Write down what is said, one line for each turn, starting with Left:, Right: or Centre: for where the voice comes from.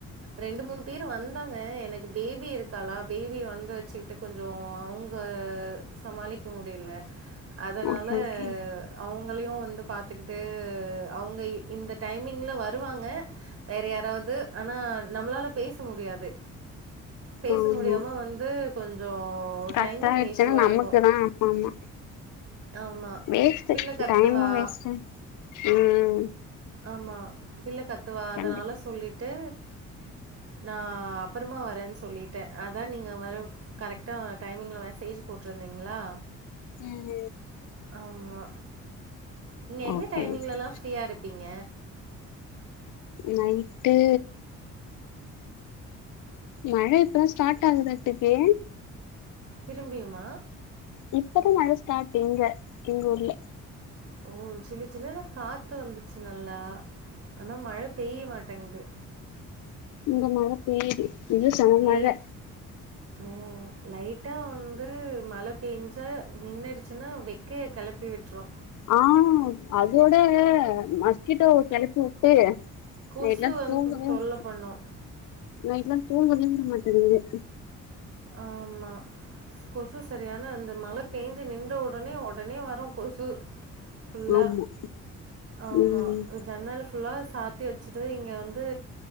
Right: ரெண்டு மூணு பேர் வந்தாங்க எனக்கு பேபி இருக்காளா பேபி வந்து வச்சுகிட்டு கொஞ்சோ அவங்க சமாளிக்க முடியல அதனால
Left: ஓகே ஓகே
Right: அவங்களயு வந்து பாத்துக்கிட்டு அவ்ங்க இந்த டைமிங்கில வருவாங்க வேற யாராவது ஆனா நம்மளால பேச முடியாது பேச
Left: ஆமா
Right: முடியாம வந்து கொஞ்சோ
Left: கட்
Right: டைமிங்
Left: ஆயிடுச்சுன்னா
Right: இஷ்யூவா
Left: நமக்கு
Right: இருக்கு.
Left: தா ஆமா
Right: ஆமா.
Left: வேஸ்ட்
Right: பிள்ள கத்துவா.
Left: டைமு வேஸ்டு ம்
Right: ஆமா பிள்ள கத்துவா அதனால
Left: கண்டிப்பா
Right: சொல்லிட்டு நா அப்பறமா வரேன்னு சொல்லிட்டே அதா நீங்க வர கரெக்டா டைமிங்கில மெசேஜ் போட்ருந்தீங்களா
Left: ம்
Right: ஆமா நீங்க என்ன
Left: ஓகே
Right: டைமிங்லலா
Left: ஓகே
Right: ஃப்ரீயா இருப்பீங்க
Left: நைட்டு மழ இப்பதா ஸ்டார்ட் ஆகுது ஆட்டுக்கே
Right: திரும்பியுமா
Left: இப்பதா மழ ஸ்டார்ட் இங்க எங்க ஊர்ல
Right: ஓ ஜிலு ஜிலுனு காத்து வந்துச்சு நல்லா ஆனா மழ பெய்ய மாட்டேங்குது
Left: இங்க மழ பெய்யுது இது செம
Right: லே
Left: மழ
Right: ஓ லைட்டா வந்து மழ பேஞ்சா நின்னுடுச்சன்னா வெக்கய கெளப்பி விட்டுரு
Left: ஆ அதோட மஸ்கிட்டோவ கெளப்பி வு ட்டு
Right: கொசு
Left: நைட்லா
Right: வந்து
Left: தூங்கவே
Right: தொல்ல
Left: ம்
Right: பண்ணும்.
Left: நைட் எல்லா தூங்கவே விட மாட்டிங்குது
Right: ஆமா கொசு சரியான அந்த மழ பேஞ்சு நின்ற உடனே உடனே வரு கொசு ஃபுல்லா
Left: ஆமா
Right: ஆமா
Left: ம்
Right: ஜன்னல ஃபுல்லா சாத்தி வச்சுட்டு இங்க வந்து